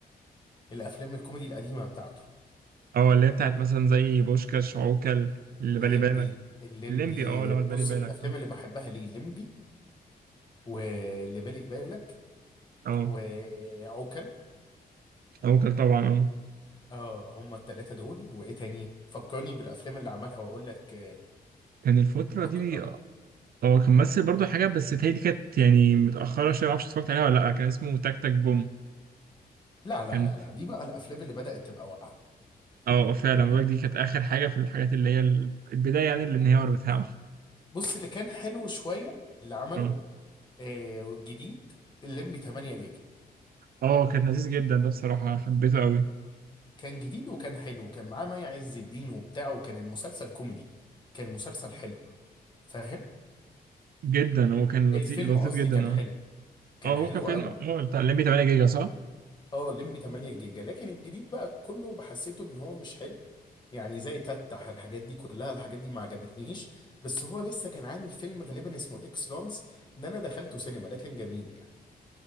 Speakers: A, on the left; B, on the right.
A: الافلام الكوميدي القديمه بتاعته
B: اه اللي هي بتاعت مثلا زي بوشكاش عوكل اللي
A: الليمبي
B: بالي بالك
A: الليمبي
B: الليمبي اه اللي هو اللي
A: بص
B: بالي بالك
A: الافلام اللي بحبها ليه الليمبي واللي بالي بالك
B: اه
A: وعوكل
B: عوكل طبعا اه
A: اه هما التلاتة دول وايه تاني فكرني بالافلام اللي عملها واقول لك آه،
B: كان الفتره
A: أك-
B: دي
A: آه،
B: اه كان ممثل برضو حاجه بس هي دي كانت يعني متاخره شويه معرفش اتفرجت عليها ولا لا كان اسمه تك تك بوم
A: لا لا
B: كان
A: لا لا دي بقى الافلام اللي بدأت تبقى واقعة
B: اه فعلا
A: يعني
B: مبارك دي كانت اخر حاجه في الحاجات اللي هي ال- البدايه يعني الانهيار بتاعه
A: اه بص اللي كان حلو شوية اللي عمله
B: اه
A: آه، جديد الليمبي 8 جيجا
B: آه، كان لذيذ جدا ده بصراحه حبيته قوي
A: كان جديد وكان حلو وكان معاه مي عز الدين وبتاع وكان المسلسل كوميدي كان مسلسل حلو فاهم
B: جدا هو كان لطيف
A: الفيلم
B: لطيف
A: قصدي
B: جدا
A: كان
B: اه
A: حلو كان
B: اه هو
A: حلو
B: كان فيلم
A: قوي
B: اه بتاع الليمبي 8 جيجا صح
A: اه لمبي 8 جيجا لكن الجديد بقى كله بحسيته ان هو مش حلو يعني زي تتح الحاجات دي كلها الحاجات دي ما عجبتنيش بس هو لسه كان عامل فيلم غالبا اسمه الاكس لانس ده انا دخلته سينما ده كان جميل يعني